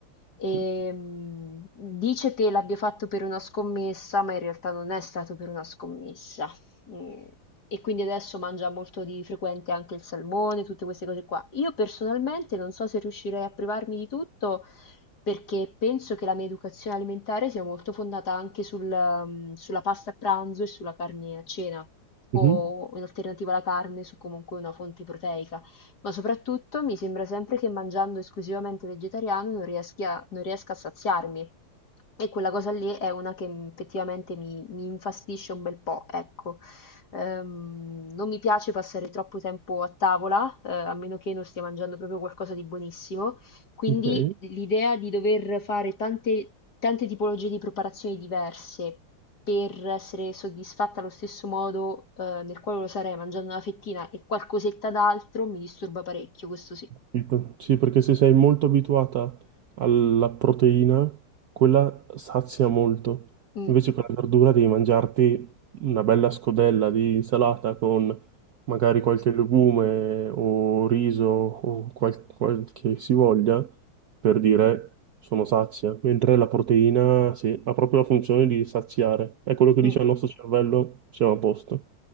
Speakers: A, on the left (about 45°); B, on the right (about 60°).
A: E,
B: Sì.
A: mm, dice che l'abbia fatto per una scommessa, ma in realtà non è stato per una scommessa. Mhmm, e quindi adesso mangia molto di frequente anche il salmone, tutte queste cose qua. Io personalmente non so se riuscirei a privarmi di tutto perché penso che la mia educazione alimentare sia molto fondata anche sul, mhmm, sulla pasta a pranzo e sulla carne a cena
B: Mhm.
A: o in alternativa alla carne su comunque una fonte proteica. Ma soprattutto mi sembra sempre che mangiando esclusivamente vegetariano non riesca non riesca a saziarmi e quella cosa lì è una che, mhmm, effettivamente mi mi infastidisce un bel po', ecco. Ehm, non mi piace passare troppo tempo a tavola, eh, a meno che non stia mangiando proprio qualcosa di buonissimo. Quindi
B: Ok.
A: l'idea di dover fare tante, tante tipologie di preparazioni diverse per essere soddisfatta allo stesso modo, eh, nel quale lo sarei mangiando una fettina e qualcosetta d'altro mi disturba parecchio, questo sì.
B: Capito? Sì, perché se sei molto abituata alla proteina, quella sazia molto.
A: Mm,
B: Invece con la verdura devi mangiarti una bella scodella di insalata con magari qualche legume o riso o qual- quel che si voglia per dire sono sazia. Mentre la proteina, sì, ha proprio la funzione di saziare. È quello che
A: mm.
B: dice al nostro cervello, siamo a posto.